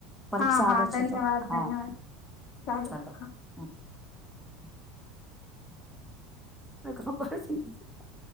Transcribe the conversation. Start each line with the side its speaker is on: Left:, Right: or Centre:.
Centre: પરીક્ષા
Left: હા હા
Centre: આવે
Left: ધન્યવાદ
Centre: છે તો હા
Left: ધન્યવાદ ચાલો
Centre: ચલો
Left: હા
Centre: <inaudible> એ ખબર છે નથી પડ